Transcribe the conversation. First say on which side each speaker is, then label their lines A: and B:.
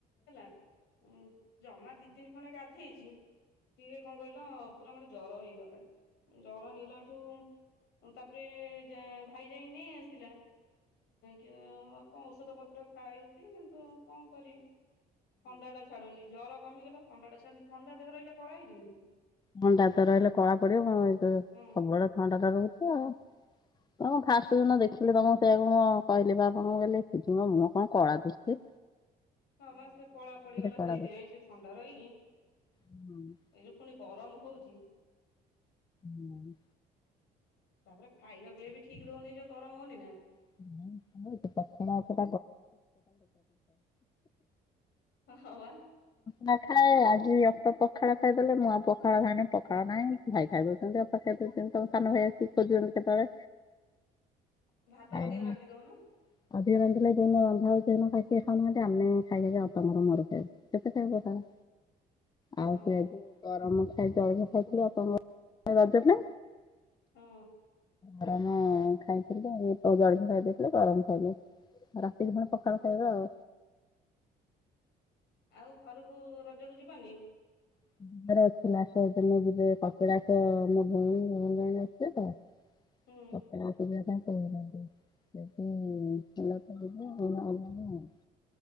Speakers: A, on the left (about 80°); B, on the left (about 25°).
A: ହେଲା ଉଁ ଜମା ଦି ଦିନ ଖଣ୍ଡେ ଗାଧେଇଛି ଟିକେ କଣ କହିଲ ପୁରା ମତେ ଜର ହେଇଗଲା ଜର ହେଇଗଲା ଏଠୁ ତାପରେ ଯା ଭାଇ ଯାଇଁ ନେଇ ଆସିଲା କି ଓ କଣ ଔଷଧ ପତ୍ର ଖାଇଚି କିନ୍ତୁ କଣ କରିବି ଥଣ୍ଡାଟା ଛାଡୁନି ଜର କମିଗଲା ଥଣ୍ଡାଟା ଛାଡୁନି ଥଣ୍ଡା ଦେହରେ ରହିଲେ କଳା ହେଇଯିବି ନା।
B: ଥଣ୍ଡା ତ ରହିଲେ କଳା ପଡିବ ଏ ତ ସବୁବେଳେ
A: ହଁ
B: ଥଣ୍ଡା ଟା ରହୁଛି ଆଉ। ତଁ ଫାଷ୍ଟ ଯୋଉଦିନ ଦେଖିଲି ତମ ସେଇଆକୁ ମୁଁ କହିଲି ବା ଆପଣଙ୍କୁ କହିଲି ଦିଦିଙ୍କ ମୁହଁ କଣ କଳା ଦଶୁଛି।
A: ହଁ ବା ସେ କଳା ପଡିଗଲା
B: କଳା
A: ସେଇଥିପାଇଁ ସେ ଥଣ୍ଡା ରହିକି ଏଇ
B: ଦୁଶୁଛନ୍ତି।
A: ଯୋଉ ପୁଣି ଗରମ ହଉଛି
B: ହୁଁ
A: ତାପରେ ଖାଇବା ପିଇବା ବି ଠିକ ରହୁନି ଯୋଉ ଗରମ ହଉନି ନା।
B: <unintelligible> ନ ଖାଇଲେ କଣ
A: ହଁ ବା
B: ନା ଖାଏ ଆଜି ଅଲ୍ପ ପଖାଳ ଖାଇଦେଲେ ମୁଁ ଆଉ ପଖାଳ ଖାଇନି ପଖାଳ ନାହିଁ ଭାଇ ଖାଇଦେଉଚନ୍ତି ଆଉ। <unintelligible> ତମ ସାନ ଭଇ ଆସିିକି ଖୋଜୁଛନ୍ତି କେତେବେଳେ।
A: <inaudible>
B: ଆଜ୍ଞା।
A: ଅଧିକ ରାନ୍ଧି ଦଉନୁ।
B: ଅଧିକ ରାନ୍ଧିଲେ ଯଉଦିନ ରନ୍ଧା ହଉନି ଖାଇକି ଖାଉନାହାନ୍ତି ଆମେ ଖାଇ ଖାଇକା ଅପାଙ୍କର ମୋର ଖାଉ। କେତେ ଟାଇମ ପଖାଳ? ଆଉ
A: ହଁ।
B: ସେ ଯୋ ଗରମ ଖାଇ ଜଳିଖିଆ ଖାଇଥିଲୁ ଅପାଙ୍କର ମୋର ରଜରେ।
A: ହଁ
B: ଗରମ ଖାଇଥିଲେ ହଉ ଜଳିଖିଆ ଖାଇଦେଇଥିଲେ ଗରମ ଖାଇବେ ଆଉ ରାତିରେ ପୁଣି ପଖାଳ ଖାଇବା ଆଉ।
A: ଆଉ ଘରକୁ ରଜକୁ ଯିବନି?
B: <unintelligible>
A: ହୁଁ
B: କପିଳାସ ଯିବାପାଇଁ କହୁଛନ୍ତି। ଯଦିହେଲା କହିବି ନହେଲେ ନାଇଁ ଆଉ।